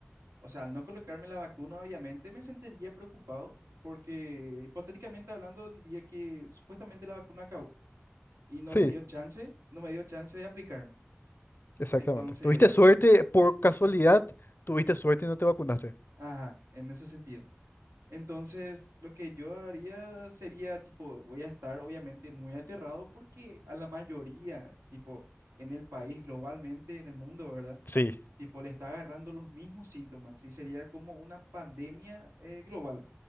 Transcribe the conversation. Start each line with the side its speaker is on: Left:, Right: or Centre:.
Right: O sea, al no colocarme la vacuna, obviamente me sentiría preocupado porque hipotéticamente hablando diría que supuestamente la vacuna acabó y no
Left: Sí,
Right: me dio chance, no me dio chance de aplicarme.
Left: exactamente.
Right: Entonces,
Left: ¿Tuviste suerte por
Right: tú-
Left: casualidad? ¿Tuviste suerte y no te vacunaste?
Right: ajá, en ese sentido. Entonces, lo que yo haría sería, tipo, voy a estar obviamente muy aterrado porque a la mayoría, tipo, en el país, globalmente, en el mundo, ¿verdad?
Left: Sí,
Right: Tipo, le está agarrando los mismos síntomas y sería como una pandemia eh, global,